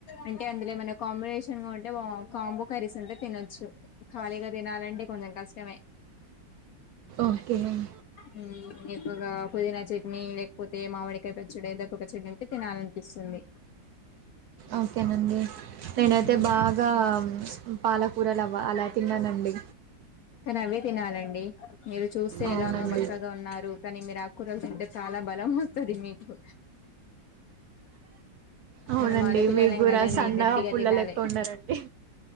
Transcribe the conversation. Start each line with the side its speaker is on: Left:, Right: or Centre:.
Left: అంటే అందులో ఏమైనా కాంబినేషన్ గా ఉంటే కాంబో కర్రీస్ ఉంటే తినొచ్చు ఖాళీగా తినాలంటే కొంచెం కష్ట మే
Right: ఓకే
Left: ఉమ్ ఎక్కువగా పుదినా చట్నీ లేకపోతే మామిడికాయ పచ్చడి ఒక చెక్నీ అయితే తినాలనిపిస్తుంది
Right: ఓకేనండి నేనైతే
Left: ఉమ్
Right: బాగా పాలకూరలు అవ అలా తిన్నానండి
Left: కానీ అవే తినాలండి మీరు చూస్తే
Right: అవునండి
Left: ఎలానో బక్కగా ఉన్నారు కానీ మీరు ఆకుకూరలు తింటే చాల ల బలం వస్తది మీకు
Right: అవునండి
Left: మనం ఆడపిల్లలేం
Right: మీకూడా
Left: కదండి
Right: సన్నగా
Left: గట్టిగా
Right: పుల్లలెక్క
Left: తినాలి
Right: ఉన్నారండి